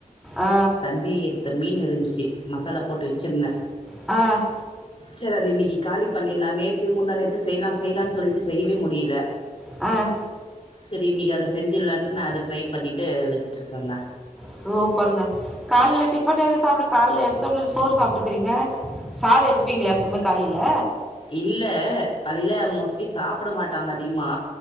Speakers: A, in the centre; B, on the left.
A: ஆ
B: சண்டே எடுத்த மீன் இருந்திச்சி மசாலா போட்டு வச்சிருந்த
A: அ
B: செரி அத இன்னக்கி காலி பண்ணிலா நேத்து முந்தாநேத் த்து செய்லா செய்லா சொல்லிட்டு செய்யவே முடியல
A: அ
B: செரி இன்னைக்கு அத செஞ்சிடலாண்ட்டு நா அத ஃப்ரை பண்ணிட்டு வச்சுட்டுருக்கேங்க
A: சூப்பருங்க காலில டிஃபன் எதுவு சாப்பிட காலேல எடுத்தோட சோறு சாப்பிட்டுக்கிறீங்க சாதோ எடுப்பீங்கள எப்பவுமே காலையில
B: இல்ல கலையில மோஸ்ட்லி சாப்பிட மாட்டாங்க அதிகமா